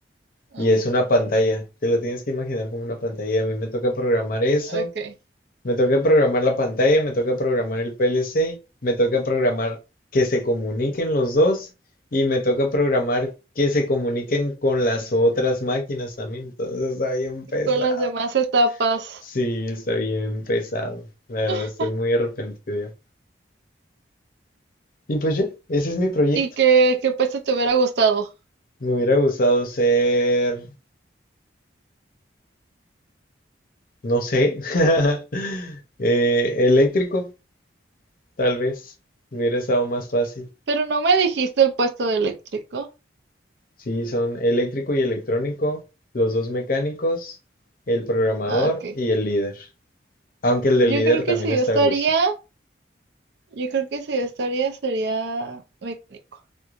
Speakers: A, on the right (about 65°); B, on the left (about 50°).
A: Ujú,
B: Y es una pantalla, te lo tienes que imaginar como una pantalla. A mí me toca programar eso
A: Ok.
B: Me toca programar la pantalla, me toca programar el PLC, me toca programar que se comuniquen los dos y me toca programar que se comuniquen con las otras máquinas también. Entonces está bien pesado.
A: ¿Y con las demás etapas?
B: Sí, está bien pesado. La
A: <laughs>
B: verdad, estoy muy arrepentido. Y pues ya, ese es mi proyecto.
A: Y que, qué puesto te hubiera gustado.
B: Me hubiera gustado ser, no sé, <laughs> eh, eléctrico, tal vez. Hubiera estado más fácil.
A: Pero no me dijiste el puesto de eléctrico.
B: Sí, son eléctrico y electrónico, los dos mecánicos, el programador
A: Ah, ok.
B: y el líder. Aunque el del
A: Yo
B: líder
A: creo que
B: también
A: si
B: está
A: yo estaría,
B: a gusto.
A: yo creo que si yo estaría sería mecánico.